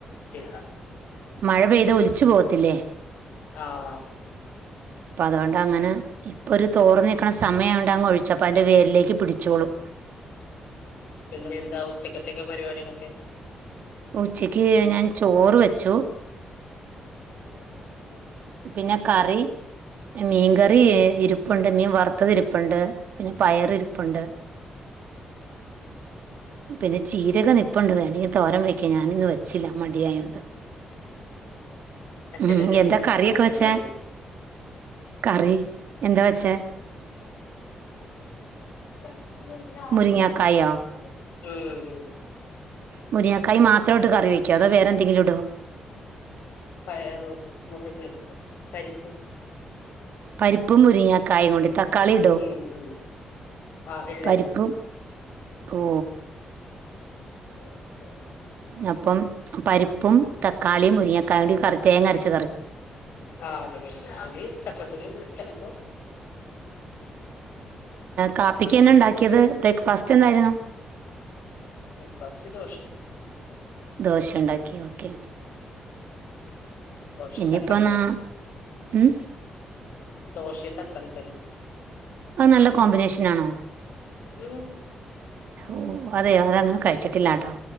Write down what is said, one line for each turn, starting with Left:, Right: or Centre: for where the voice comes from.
Left: ശരി.
Right: മഴ പെയ്ത ഒലിച്ചു പോക ത്തില്ലെ.
Left: ആ അതാവും
Right: അപ്പൊ അത്കൊണ്ടങ്ങനെ ഇപ്പൊ ഒരു തോറന്നി ക്കണ സമയ ആയോണ്ട് അങ്ങ് ഒഴിച്ചപ്പോ അതിന്റെ വേരിലേക്ക് പിടിച്ചോളും.
Left: പിന്നെ എന്താ ഉച്ചക്കത്തെ ഒക്കെ പരിപാടികളൊക്കെ
Right: ഉച്ചയ് ക്ക് ഞാൻ ചോറ് വെച്ചു.
Left: <inaudible>
Right: പിന്നെ കറി മീൻകറി എ ഇരിപ്പ്ണ്ട് മീൻ വറുത്തതിരിപ്പുണ്ട് പിന്നെ പയറിരിപ്പുണ്ട്. പിന്നെ ചീരകം നിപ്പുണ്ട് വേണമെങ്കി തോരം വെയ്ക്കാ ഞാനിന്ന് വെച്ചില്ല മടിയായോണ്ട്
Left: ആ ചില
Right: ഉം,
Left: ദിവസങ്ങളക്കൊ
Right: എന്താ കറിയൊക്കെ
Left: നമ്മക്ക് ഒരു
Right: വെച്ചേ
Left: മടി
Right: കറി എന്താ വെച്ചേ
Left: <unintelligible> <inaudible>
Right: മുരിങ്ങാക്കായോ
Left: മ്
Right: മുരിങ്ങക്കായ് മാത്രോട്ട് കറി വെക്കോ അതോ വെ ന്തെങ്കിലും ഇടോ
Left: പയറും <unintelligible> പരിപ്പും
Right: പരിപ്പും മുരിങ്ങക്കായും കൊണ്ട് തക്കാളി ഇടോ
Left: ഉം ഉം ആ ഇല്ലായിരുന്നു
Right: പരിപ്പും ഓ
Left: <inaudible>
Right: അപ്പം പരിപ്പും തക്കാളി മുരിങ്ങക്കായൂടി കറി തേങ്ങരച്ച്
Left: ആ അത് <unintelligible> ചെലപ്പോ
Right: കാപ്പിക്കന്നെ ഇണ്ടാക്കിയത് ബ്രേക്ക്ഫാസ് ചെന്നായിരുന്നു
Left: ബ്രേക്ക്ഫാസ്റ്റ് ദോശ
Right: ദോശ ഉണ്ടാക്കി ഓക്കേ
Left: ദോശയും
Right: ഇനിയിപ്പ
Left: തക്കാളിക്കറിയും
Right: നാ ഉം
Left: ദോശേം തക്കാളിക്കറിം
Right: അത് നല്ല കോമ്പിനേഷൻ ആണോ
Left: ഉം
Right: ഓ അതെ അതങ്ങനെ കഴിച്ച ട്ടില്ലാട്ടോ